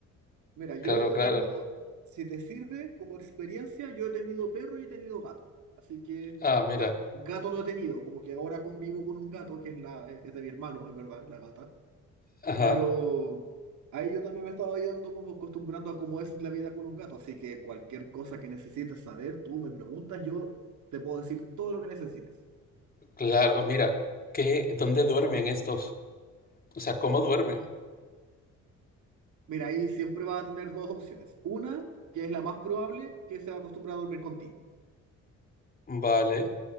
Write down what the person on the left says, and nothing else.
claro,
claro.
Ah, mira.
Ajá.
Claro, mira, ¿qué, dónde duermen estos? O sea, ¿cómo duermen?
Vale.